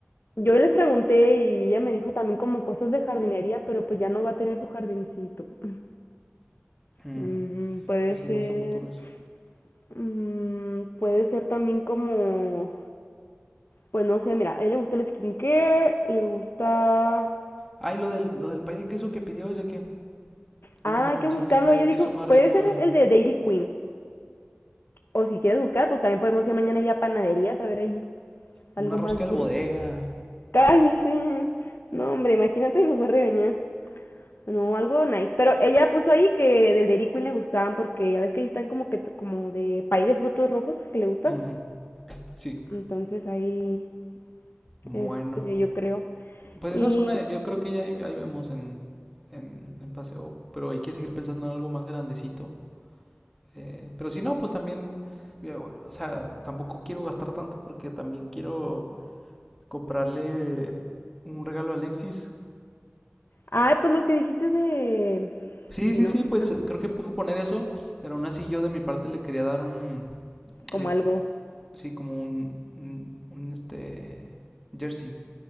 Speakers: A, on the left (about 60°); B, in the centre.
A: Yo les pregunté y ella me dijo también como cosas de jardinería, pero pues ya no va a tener su jardincito. Mm.
B: Mm,
A: Mm, puede
B: Pues sí,
A: ser,
B: más a futuro eso.
A: mm, puede ser también como, pues no sé, mira, a él le gusta el skincare, le gusta,
B: Ah, y lo del, lo del pay de queso que pidió es de que, ¿dónde
A: ah,
B: le
A: hay
B: conseguimos
A: que buscarlo,
B: el pay
A: ella
B: de
A: dijo,
B: queso más
A: puede
B: rico?
A: ser
B: Eh,
A: el de Dairy Queen, o si quieres buscar, pues también podemos ir mañana ya a panaderías a ver ahí algo
B: Una rosca
A: más
B: del
A: gourmet.
B: bodega.
A: Cállese, no hombre, imagínate, nos va a regañar. No, algo nice. Pero ella puso ahí que del Dairy Queen le gustaban porque ya ves que ahí están como que como de pay de frutos rojos que le gusta.
B: Ujú, Sí,
A: Entonces ahí
B: bueno.
A: Este, yo creo.
B: Pues
A: Y,
B: esa es una, yo creo que ya ahí, ahí vemos en, en, en paseo, pero hay que seguir pensando en algo más grandecito. Eh, pero si no, pues también, ya, o o sea, tampoco quiero gastar tanto porque también quiero comprarle un regalo a Alexis.
A: ah pues lo que dijiste de,
B: Sí,
A: you
B: sí,
A: know,
B: sí, pues
A: ah,
B: eh, creo que puedo poner eso, pero aún así yo de mi parte le quería dar un,
A: como
B: eh,
A: algo.
B: sí, como un, un, un, este, jersey.